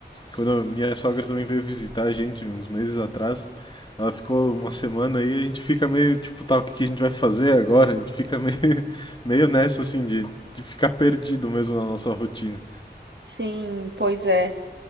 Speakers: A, on the left; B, on the right.
A: quando a minha sogra também veio visitar a gente uns meses atrás, ela ficou uma semana aí, a gente fica meio tipo, tá, o que que a gente vai fazer agora? A gente fica meio, <laughs> meio nessa, assim, de, de ficar perdido mesmo na nossa rotina.
B: Sim, pois é.